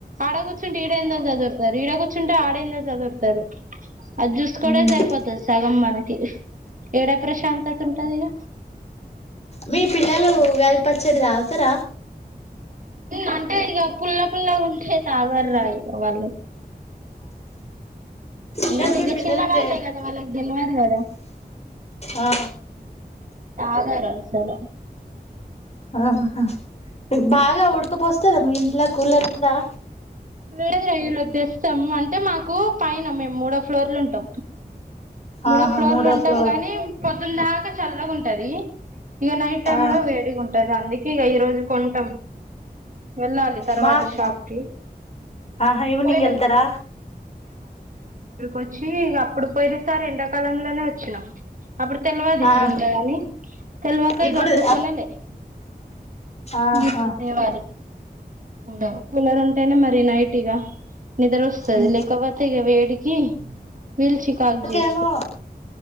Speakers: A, on the right (about 50°); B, on the left (about 40°).
A: ఆడ కూర్చుంటే ఈడే ఏందో సర్దుతారు. ఈడ కూర్చుంటే ఆడేందో సదురుతారు. అది చూస్కోడై
B: మ్మ్
A: కూడా సరిపోతది సగం మనకీ ఎడ ప్రశాంతత ఉంటాది ఇగ
B: మీ పిల్లలు వెళ్ పచ్చడి తాగుతార.
A: అంటే ఇక పుల్ల పుల్లగా ఉంటే తాగర్ రా ఇక వాళ్ళు.
B: కానీ
A: మరి
B: మీ
A: ఇగ
B: పిల్లలకి
A: చిన్న వాళ్ళే
B: రే
A: గదా వాళ్ళకి తేల్వద్ గదా.
B: ఆ
A: ఆగారాలు సరే
B: ఆహా బాగా ఉడకపోస్తాదా మీ ఇంట్ల కూలర్ ఉందా.
A: లేదు ఈరోజు తెస్తాం అంటే మాకు పైన మేము మూడో ఫ్లోర్లు ఉంటాం. మూడో
B: ఆహా
A: ఫ్లోర్లు ఉంటాం
B: ఫ్లోర్
A: గానీ, పొద్దుందాక చల్లగాంటది. ఇక నైట్ టైమ్
B: ఆ
A: లో వేడిగా ఉంటది. అందుకే, ఇగ ఈ రోజు కొంటాం. వెళ్ళాలి తర్వాత
B: మాక్
A: షాప్కి.
B: ఆహా ఈవినింగ్
A: <unintelligible>
B: వెళ్తారా
A: వచ్చి ఇగ అప్పుడు పోయి సార్ ఎండాకాలంలోనే వచ్చినం అప్పుడు తెల్వది ఇట్లుంటదని
B: ఆహా
A: తెల్వక
B: ఇప్పుడు
A: ఇగ అప్పుడు కొనలేప్పుడు
B: ఆహా
A: ఇగ ఇప్పుడు తేవాలి కూలరు. కూలర్ ఉంటేనే మరి నైట్ ఇగ నిద్ర వస్తది
B: మ్మ్
A: లేకపోతే ఇగ వేడికి వీల్ చికాగ్ చేస్
B: ఏమో